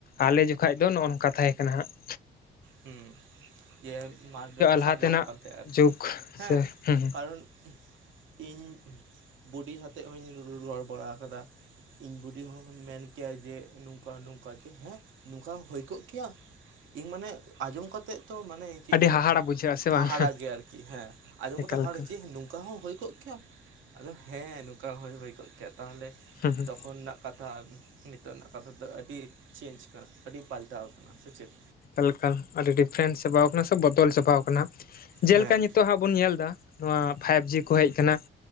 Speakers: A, on the left; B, on the right.
A: ᱟᱞᱮ ᱡᱚᱠᱷᱟᱡ ᱫᱚ ᱱᱚᱜᱼᱚ ᱱᱚᱝᱠᱟ ᱛᱟᱦᱮᱸ ᱠᱟᱱᱟ ᱦᱟᱸᱜ ᱾
B: ᱦᱩᱸ ᱡᱮ ᱢᱟᱴᱷ ᱜᱮᱠᱚ ᱥᱟᱵ
A: ᱞᱟᱦᱟ
B: ᱧᱟᱢᱚᱜ
A: ᱛᱮᱱᱟᱜ
B: ᱠᱟᱱ ᱛᱟᱦᱮᱸᱡ ᱟᱨᱠᱤ
A: ᱡᱩᱜᱽ
B: ᱦᱮᱸ
A: ᱥᱮ ᱦᱩᱸ
B: ᱠᱟᱨᱚᱱ ᱼᱼ ᱤᱧ ᱵᱚᱰᱤ ᱦᱟᱛᱮᱜ ᱦᱚᱧ ᱨᱚᱲ ᱵᱟᱲᱟ ᱠᱟᱫᱟ ᱾ ᱤᱧ ᱵᱩᱰᱤ ᱦᱚᱸ ᱢᱮᱱ ᱠᱮᱭᱟ ᱡᱮ, ᱱᱚᱝᱠᱟ ᱱᱚᱝᱠᱟ ᱠᱤ ᱦᱮᱸ ᱱᱚᱝᱠᱟ ᱦᱳᱭ ᱠᱚᱜ ᱠᱮᱭᱟ? ᱤᱱ ᱢᱟᱱᱮ ᱟᱸᱡᱚᱢ ᱠᱟᱛᱮᱜ ᱛᱚ ᱢᱟᱱᱮ ᱪᱮᱜ
A: ᱟᱹᱰᱤ
B: ᱞᱟᱹᱭᱟ,
A: ᱦᱟᱦᱟᱲᱟ ᱵᱩᱡᱷᱟᱹᱜᱼᱟ ᱥᱮ
B: ᱦᱟᱦᱟᱲᱟ
A: ᱵᱟᱝ
B: ᱜᱮ ᱟᱨᱠᱤ ᱦᱮᱸ ᱟᱸᱡᱚᱢ
A: ᱮᱠᱟᱞ
B: ᱠᱟᱛᱮ ᱦᱟᱲ
A: ᱮᱠᱟᱞ
B: ᱪᱮ ᱱᱩᱝ ᱠᱟ ᱦᱚᱸ ᱦᱚᱭ ᱠᱚᱜ ᱠᱮᱭᱟ? ᱦᱮᱸ ᱱᱚᱝᱠᱟ ᱦᱚᱸᱭ ᱦᱚᱭ ᱠᱚᱜ ᱠᱮᱭᱟ ᱛᱟᱦᱚᱞᱮ
A: ᱦᱩᱸ ᱦᱩᱸ
B: ᱛᱚᱠᱷᱚᱱ ᱱᱟᱜ ᱠᱟᱛᱷᱟ ᱱᱤᱛᱚᱜ ᱱᱟᱜ ᱠᱟᱛᱷᱟ ᱫᱚ ᱟᱹᱰᱤ ᱪᱮᱧᱡᱽ ᱠᱟᱱᱟ ᱟᱹᱰᱤ ᱯᱟᱞᱴᱟᱣ ᱠᱟᱱᱟ ᱥᱮᱪᱮᱫ?
A: ᱮᱞᱠᱟ ᱟᱹᱰᱤ ᱰᱤᱯᱷᱟᱨᱮᱱᱴ ᱪᱟᱵᱟᱣ ᱠᱟᱱᱟ ᱥᱮ ᱵᱚᱫᱚᱞ ᱪᱟᱵᱟᱣ ᱠᱟᱱᱟ ᱡᱮᱞᱠᱟ
B: ᱦᱮᱸ
A: ᱱᱤᱛ ᱛᱚᱜ ᱦᱟᱸᱜ ᱵᱚᱱ ᱧᱮᱞ ᱮᱫᱟ, ᱱᱚᱣᱟ ᱯᱷᱟᱭᱤᱵ ᱡᱤ ᱠᱚ ᱦᱮᱡ ᱠᱟᱱᱟ ᱾